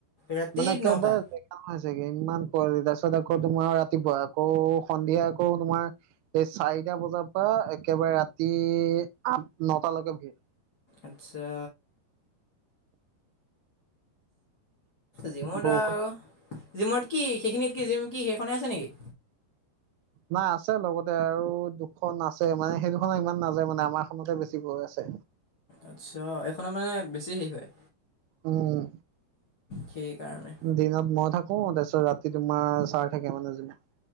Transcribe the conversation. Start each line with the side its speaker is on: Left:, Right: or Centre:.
Left: ৰাতি
Right: মানে একেবাৰে
Left: নটা
Right: হৈ চাগে ইমান কুৱলি তাৰপিছত আকৌ তোমাৰ ৰাতিপুৱা আকৌ সন্ধিয়া আকৌ তোমাৰ এই চা চাৰিটা বজাৰ পৰা একেবাৰে ৰাতি আঠ নটালৈকে ভিৰ।
Left: আচ্ছা। জিমত
Right: বহুত
Left: আৰু জিমত কি সেইখিনিত কি জিম কি সেইখনে আছে নেকি?
Right: নাই আছে লগতে আৰু দুখন আছে মানে সেই দুখনত ইমান নাযায় মানে আমাৰখনতে বেছি গৈ আছে।
Left: আচ্ছা এইখনত মানে বেছি হেৰি হয়
Right: উম,
Left: সেইকাৰণে
Right: দিনত মই থাক অ, তাৰপিছত ৰাতি তোমাৰ চাৰ থাকে মানে জুনে